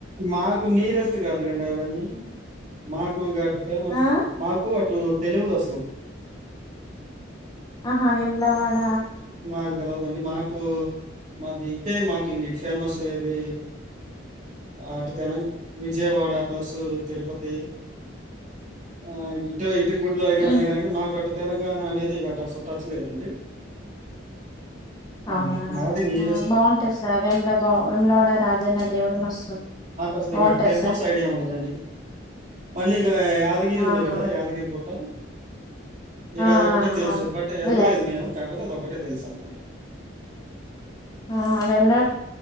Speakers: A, on the right; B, on the left.
A: మాకు నియరెస్ట్ కాదులెండి అవన్నీ మాకు ఇక ఫేమస్
B: ఆ
A: మాకు అ టు తెలువుదసులు
B: ఆహా వేములవాడ
A: మాకు తెలవదండి మాకు మాది మాకి ఇంకా ఇటు ఫేమస్ ఏది ఆ తెల విజయవాడ ప్లస్ తిరుపతి, ఆ ఇటె గుడులు ఐడియా ఉన్నాయి
B: ఉహు
A: కాదండి మాకు తెలణ అనేది ఇక అసలు టచ్ లేదండి హ్మ్.
B: అవునా
A: మాది నియరెస్ట్.
B: బాగుంటది సార్ వేమల బా వెేములవాడ రాజన్న దేవుడు మస్తు
A: అసలు
B: బాగుంటది
A: మీకు ఆడ టెంపుల్స్
B: సార్
A: ఐడియా ఉండదండి మళ్ళీ యాదగిరి ఉంది
B: ఆహా
A: కదా యాదగిరిగుట్ట ఇక
B: ఆ
A: అది ఒకటే తెలుసు
B: అవును
A: బట్ వెళ్ళలేదు
B: వెళ్ళారు
A: మేము కాకపోతే అదొక ఒకటే తెలుసనమాట
B: ఆ వేములర